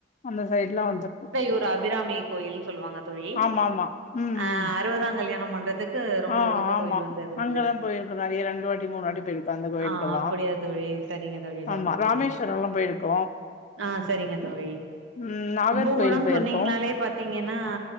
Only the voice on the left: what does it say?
அந்த சைடுலா வந்துருக்கு
ஆமா ஆமா ம்
ம்
ஆ
ஆமா
அங்கதா
போயிருக்கோ நெறைய ரெண்டு வாட்டி மூணு வாட்டி போயிருக்கோ அந்த கோயிலுக்கெல்லா
ஆமா
ராமேஸ்வரம்லா
போயிருக்கோ
ம் நாகர்கோயில்
போயிருக்கோ